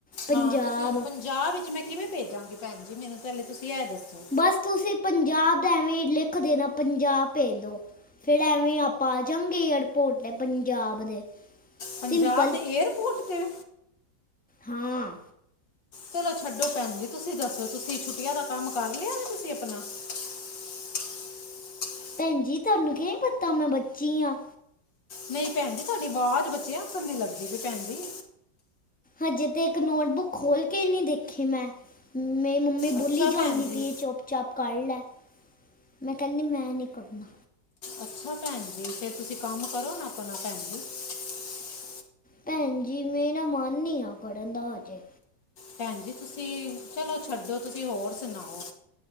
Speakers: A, in the centre; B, on the left (about 75°).
A: ਪੰਜਾਬ
B: ਹਾਂ ਤੁਸੀਂ ਉਹਨੂੰ ਪੰਜਾਬ ਵਿੱਚ, ਮੈਂ ਕਿਵੇਂ ਭੇਜਾਂਗੀ ਭੈਣ ਜੀ ਮੈਨੂੰ ਪੈਲੇ ਤੁਸੀਂ ਇਹ ਦੱਸੋ।
A: ਬਸ ਤੁਸੀਂ ਪੰਜਾਬ ਦਾ ਐਵੇਂ ਲਿਖ ਦੇਣਾ। ਪੰਜਾਬ ਭੇਜ ਦੋ ਫੇਿਰ ਐਵੇਂ ਆਪਾਂ ਆਜਾਗੇ। ਏਅਰਪੋਰਟ ਤੇ ਪੰਜਾਬ ਦੇ।
B: ਪੰਜਾਬ
A: ਸਿੰਪਲ
B: ਦੇ, ਏਅਰਪੋਰਟ ਤੇ,
A: ਹਾਂ
B: ਚਲੋ ਛੱਡੋ ਭੈਣ ਜੀ ਤੁਸੀਂ ਦੱਸੋ, ਤੁਸੀਂ ਛੁੱਟੀਆਂ ਦਾ ਕੰਮ ਕਰ ਲਿਆ ਵੇ ਤੁਸੀਂ ਆਪਣਾ। <unintelligible>
A: ਭੈਣ ਜੀ, ਤੁਹਾਨੂੰ ਕਿਵੇਂ ਪਤਾ ਮੈਂ ਬੱਚੀ ਆ।
B: ਨਹੀਂ ਭੈਣ ਜੀ, ਤੁਹਾਡੀ ਆਵਾਜ਼ ਬੱਚੇਆ ਐਖਣ ਦੀ ਲੱਗਦੀ ਪਈ, ਭੈਣ ਜੀ
A: ਹਜੇ ਤੇ ਇੱਕ ਨੋਟਬੁੱਕ ਖੋਲ ਕੇ ਈ ਨਹੀ, ਦੇਖੀ ਮੈਂ ਮੇਰੀ ਮੰਮੀ
B: ਅੱਛਾ
A: ਬੋਲੀ ਜਾਂਦੀ
B: ਭੈਣ ਜੀ
A: ਪੀ ਏ, ਚੁੱਪ ਚਾਪ ਕਰ ਲੈ। ਮੈਂ ਕਹਿੰਦੀ, ਮੈਂ ਨਹੀਂ ਕਰਨਾ।
B: ਅੱਛਾ ਭੈਣ ਜੀ, ਫੇਰ ਤੁਸੀਂ ਕੰਮ ਕਰੋ ਨਾ ਆਪਣਾ ਭੈਣ ਜੀ। <unintelligible>
A: ਭੈਣ ਜੀ, ਮੈਂਰਾ ਮਨ ਨਹੀ ਆ, ਕਰਨ ਦਾ ਹਜੇ।
B: ਭੈਣ ਜੀ ਤੁਸੀਂ, ਚਲੋ ਛੱਡੋ, ਤੁਸੀਂ ਹੋਰ ਸੁਣਾਓ।